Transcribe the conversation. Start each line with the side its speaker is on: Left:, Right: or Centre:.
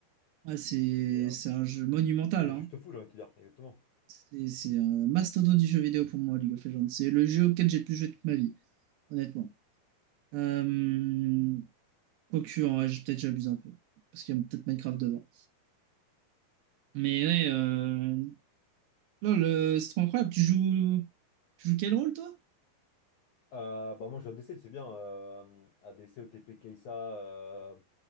Right: Ah, c'est
Left: c'est euh,
Right: c'est un jeu monumental,
Left: c'est
Right: hein.
Left: juste fou, j'ai envie de te dire, exactement.
Right: C'est c'est un mastodonte du jeu vidéo pour moi, League of Legends. C'est le jeu auquel j'ai le plus joué toute ma vie, honnêtement. Euh, Quoique, en vrai, j'ai- peut-être j'abuse un peu. Parce qu'il y a peut-être Minecraft devant. Mais ouais, euh... lol, euh, c'est trop incroyable. Tu joues... tu joues quel rôle, toi?
Left: Euh, bah moi, je l'ADC, c'est bien. euh, ADC, OTP, Kai'Sa, euh,